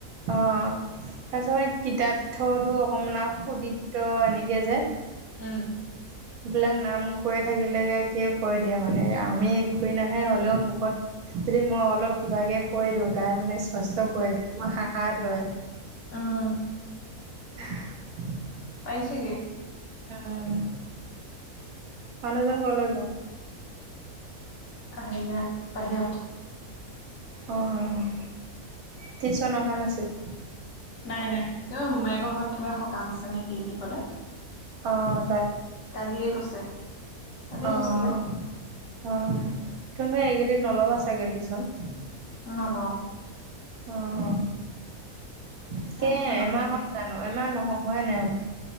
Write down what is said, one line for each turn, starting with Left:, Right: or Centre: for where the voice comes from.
Right: অ তাৰপিছত ম কিতাপথু অকনমান আৰু সুদিত্ত এনেকে যে।
Left: উম।
Right: এইবিলাক নাম ক থাকিলেকে সিয় কৈ দিয়ে মানে আমি খুৰি নাহে হলেও মুখত। যদি মই অলপ কিবা কে কৈ দিওঁ তাই মানে সষ্ট কৰি দি মোৰ সাহাৰ হয়।
Left: উম
Right: <unintelligible>
Left: পাৰিচে গে।
Right: উম। মানুহজন গলে গ।
Left: আহ বাহিৰত।
Right: অঁ টিউচন অহা নাছিল <unintelligible>
Left: নাই-নাই এই মায়েকৰ ঘৰত কিবা <unintelligible> কাম আছে নেকি বুলি কলে <unintelligible>
Right: অ',
Left: কালিয়ে কৈছে কালিয়ে
Right: অ-অ
Left: গৈছিলে
Right: তুমি এইকেইদিন নলবা <unintelligible> থাকে টিউচন <unintelligible>
Left: অ <unintelligible>
Right: অ কে <unintelligible>
Left: তাৰপিছত নলওঁ
Right: এমাহত হয় জানো আমাৰ নহয় নাই <unintelligible>